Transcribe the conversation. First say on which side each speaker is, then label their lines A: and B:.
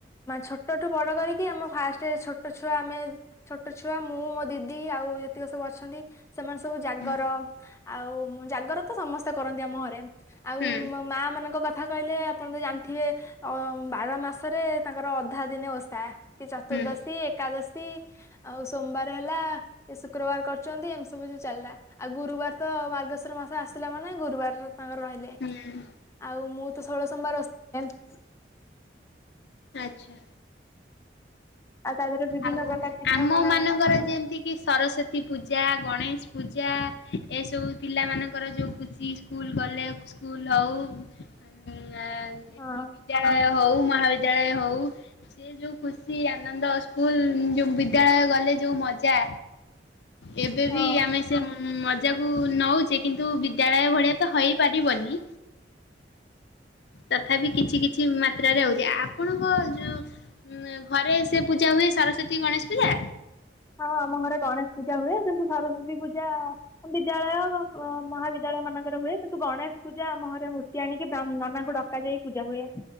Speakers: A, on the left; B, on the left.
A: ଛୋଟଠୁ ବଡ କରିକି ଆମ ଫାଷ୍ଟ ଛୋଟ ଛୁଆ ଆମେ ଛୋଟ ଛୁଆ ମୁଁ ମୋ ଦିଦି ଆଉ ଏତିକି ସବୁ ଅଛନ୍ତି। ସେମାନେ ସବୁ ଜାଗର
B: ହୁଁ
A: ଆଉ ଜାଗର ତ ସମସ୍ତେ କରନ୍ତି ଆମ ଘରେ ଆଉ
B: ହୁଁ
A: ମା ମାନଙ୍କ କଥା କହିଲେ ଆପଣ ତ ଜାଣିଥିବେ। ବାର ମାସରେ ତାଙ୍କର ଅଧା ଦିନେ ଓଷା କି ଚତୁର୍ଦ୍ଦଶୀ
B: ହୁଁ
A: ଏକାଦଶୀ। ଆଉ ସୋମବାର ହେଲା କି ଶୁକ୍ରବାର କରୁଚନ୍ତି ଏମତି ସବୁ ଜି ଚାଲିଲା। ଆଉ ଗୁରୁବାର ତ ମାର୍ଗଶିର ମାସ ଆସିଲା ମାନେ ଗୁରୁବାର ତାଙ୍କର ରହିଲେ।
B: ହୁଁ
A: ଆଉ ମୁଁ ତ ଷୋଳ ସୋମବାର ଓଷା ଏମିତି
B: ଆଛା
A: ଆଉ ତା ଦେହରେ ବିଭିନ୍ନ
B: ଆଉ
A: ପ୍ରକାର ପିଠାପଣା
B: ଆମ ମାନଙ୍କର ଯେନ୍ତି କି ସରସ୍ଵତୀ ପୂଜା, ଗଣେଶ ପୂଜା ଏସବୁ ପିଲାମାନଙ୍କର ଯେଉଁ ଖୁ କି ସ୍କୁଲ ଗଲେ ସ୍କୁଲ ହଉ ଉଁ ଏଠି
A: ହଁ
B: ବିଦ୍ୟାଳୟ ହଉ ମହାବିଦ୍ୟାଳୟ ହଉ ସେ ଯୋଉ ଖୁସି ଆନନ୍ଦ ସ୍କୁଲ ଯୋଉ ବିଦ୍ୟାଳୟ ଗଲେ ଯୋଉ ମଜା। ଏବେ ବି
A: ହଁ
B: ଆମେ ସେ ମଜାକୁ ନଉଚେ କିନ୍ତୁ ବିଦ୍ୟାଳୟ ଭଳିଆ ତ ହଇ ପାରିବନି। ତଥାପି କିଛି କିଛି ମାତ୍ରାରେ ହଉଛି ଆପ ଆପଣଙ୍କ ଯଉ ଘରେ ସେ ପୂଜା ହୁଏ ସରସ୍ଵତୀ, ଗଣେଶ ପୂଜା
A: ହଁ ଆମ ଘରେ ଗଣେଶ ପୂଜା ହୁଏ କିନ୍ତୁ ସରସ୍ଵତୀ ପୂଜା ବିଦ୍ୟାଳୟ ମହାବିଦ୍ୟାଳୟ ମାନଙ୍କରେ ହୁଏ କିନ୍ତୁ ଗଣେଶ ପୂଜା ଆମ ଘରେ ହେଉଚି। ମୂର୍ତ୍ତି ଆଣିକି ନାନାଙ୍କୁ ଡକା ଯାଇ ପୂଜା ହୁଏ।